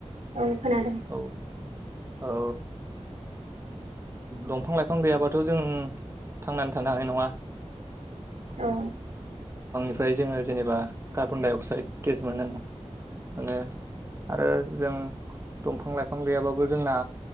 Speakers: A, on the right (about 85°); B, on the right (about 25°).
A: औ खोनादों
B: औ औ दंफां लाइफां गैयाबाथ' जों थांनानै थानो हानाय नङा
A: औ
B: ओमफ्राय जोंङो जेनेबा कार्बन डाइ अक्साइड गेस मोनो माने आरो जों दंफां लाइफां गैयाबाबो जोंना